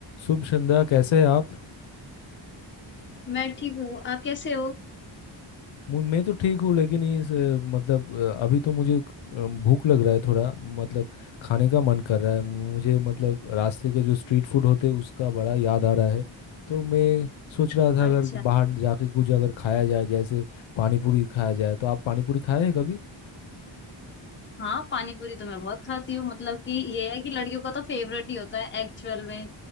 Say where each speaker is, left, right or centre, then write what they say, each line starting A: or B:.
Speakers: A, on the left; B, on the left.
A: शुभ संध्या कैसे हैं आप
B: मैं ठीक हूँ आप कैसे हो
A: मु- मैं तो ठीक हूँ लेकिन इस अ, मतलब अ, अभी तो मुझे अ, भूख लग रहा है थोड़ा मतलब खाने का मन कर रहा है मुझे मतलब रास्ते के जो स्ट्रीट फूड होते हैं उसका बड़ा याद आ रहा है तो मैं सोच रहा था अगर
B: अच्छा
A: बाहर जाके कुछ अगर खाया जाए जैसे पानी पूरी खाया जाए तो आप पानी पूरी खाए हैं कभी
B: हाँ पानी पूरी तो मैं बहुत खाती हूँ मतलब कि ये है कि लड़कियों का तो फेवरेट ही होता है एक्चुअल में